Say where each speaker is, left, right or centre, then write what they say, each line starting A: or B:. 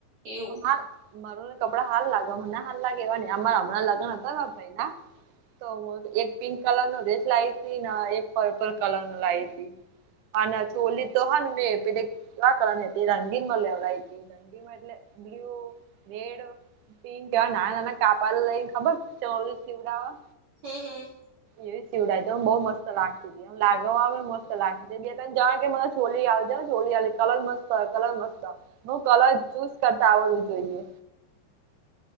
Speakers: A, on the right; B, on the right.
A: એવ.
B: હ માર ને કપડા હાલ લાગે મને હાલ લાગે એવા ન આરા હમણાં લગ્ન હતા ભાઈ. તો હું એક પિંક કલર નો ડ્રેસ લાવી હતી ને એક પર્પલ કલર નો લાવ હતી. હ છોલી તો હા મેં પી ક વા કરને હતી રંગીંગ મ લવય હતી. દંડીમાં એટલે બ્લુ રેડ પિ કેવા નાના નાના કાપલ લઈને ખબર ચોલીસ પીવડાવા.
A: હમ હમ.
B: એવી સીવડતો તો બઉ મસ્ત એ લાગતી છે. મ લાગવા મસ્ત લાગ બે તને જ કે મ ચોલી આવે ને ચોલી આવે કલર મસ્ત કલર મસ્ત હું કલર ચૂઝ કરતા આવડવું જોઈએ.